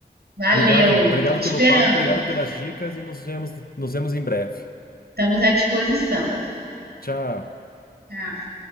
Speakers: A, on the right; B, on the left.
A: Valeu,
B: Obrigado, obrigado
A: tô te esperando.
B: pelo papo, obrigado pelas dicas e nos vemos, nos vemos em breve.
A: Estamos à disposição.
B: Tchau.
A: Tá.